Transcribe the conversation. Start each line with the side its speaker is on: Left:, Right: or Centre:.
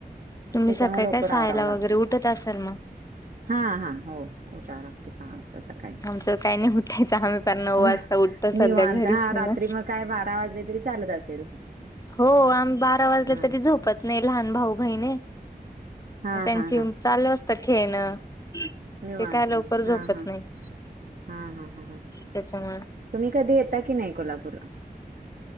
Left: तुम्ही
Right: त्याच्यामुळे
Left: सकाळी
Right: लवकर
Left: काय सहाला
Right: आवरावं लागतं.
Left: वगैरे उठत असल मग.
Right: हा हा हो, उठाव लागतं सहा वाजता. तसं काय
Left: आमचं काही नाही उठायचं आम्ही फार नऊ
Right: नाय
Left: वाजता उठतो सध्या
Right: निवांत
Left: घरीच
Right: हा
Left: आहे
Right: रात्री.
Left: ना.
Right: तीव्हा काय बारा वाजले तरी चालत असेल.
Left: हो आम्ही बारा वाजला
Right: हा
Left: तरी झोपत नाही लहान भाऊ बहिणी
Right: हा
Left: हे त्यांची.
Right: हा हा
Left: चालू असत खेळणं.
Right: निवांत
Left: ते काय लवकर
Right: मध्ये
Left: झोपत
Right: हा हा
Left: नाहीत
Right: हा हा हा हा
Left: त्याच्यामुळे.
Right: तुम्ही कधी येता की, नाही कोल्हापूरला?